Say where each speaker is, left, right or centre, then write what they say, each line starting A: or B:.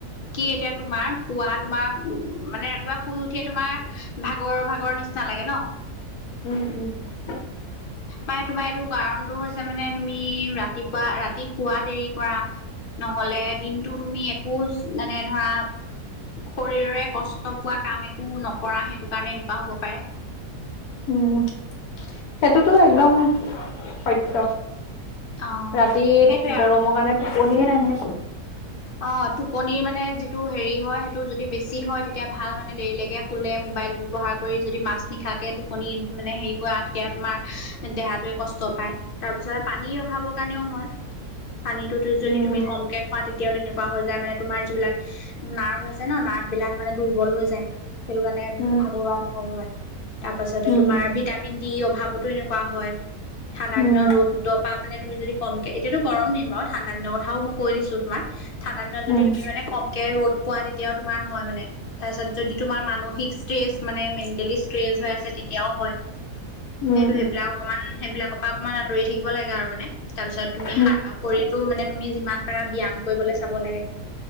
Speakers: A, on the left; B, on the left.
A: কি এতিয়া তোমাৰ পুৱা তোমাৰ উ মানে ৰাতিপুৱা শুই উঠিয়ে তোমাৰ ভাগৰ ভাগৰ নিচিনা লাগে ন
B: উম উম উম
A: উম তোমাৰ এইটো কাৰণটো হৈছে আ মানে তুমি ৰাতিপুৱা ৰাতিৰ শুৱা দেৰি কৰা নহ'লে দিনতটো তুমি একো মানে ধৰা শৰীৰে কষ্ট পোৱা কাম একো নকৰা সেইটো কাৰণে এনেকুৱা হ'ব পাৰে
B: উম সেইটোতো একদম
A: তাৰপা
B: সত্য
A: অ
B: ৰাতি
A: সেইটোৱে
B: গৰমৰ
A: আৰু
B: কাৰণে টোপনিয়ে নাহে।
A: অ টোপনিৰ মানে যিটো হেৰি হয় সেইটো যদি বেছি হয় তেতিয়া ভাল মানে দেৰিলৈকে শুলে মোবাইল ব্যৱহাৰ কৰি যদি মাজ নিশাকে টোপনি মানে হেৰি কৰা তেতিয়া তোমাৰ দেহাতোৱে কষ্ট পায় তাৰপিছত পানী খাব কাৰণেও হয় পানীটো যদি
B: উম।
A: তুমি কমকে খোৱা তেতিয়া। এতিয়াও তেনেকুৱা হৈ যায় মানে তোমাৰ যিবিলাক। নাৰ্ভ আছে নাৰ্ভ বিলাক মানে দুৰ্বল হৈ যায় সেইটো কাৰণে
B: উম
A: ভাগৰুৱা অনুভৱ হয়। তাৰ পাছতে
B: উম
A: তোমাৰ ভিটামিন ডি অভাৱতো এনেকুৱা হয় ঠাণ্ডা
B: উম
A: দিনত ৰ'দ পা মানে তুমি যদি কমকে এতিয়া গৰম দিন বাৰু ঠাণ্ডা দিনৰ কথাও মই কৈ দিছোঁ তোমাক ঠাণ্ডা দিনত যদি
B: উম
A: তুমি মানে কমকে ৰ'দ পোৱা তেতিয়াও তোমাৰ হয় মানে তাৰপিছত যদি তোমাৰ মানসিক ষ্ট্ৰেচ মানে মেণ্টেলি ষ্ট্ৰেচ হৈ আছে তেতিয়াও হয়।
B: উম
A: সেইটো সেইবিলাক অকণমান সেইবিলাক অকমান আঁতৰি থাকিব লাগে আৰু মানে তাৰ পিছত তুমি
B: উম
A: শৰীৰতটো মানে তুমি যিমান পাৰা ব্যায়াম কৰিবলৈ চাব লাগে।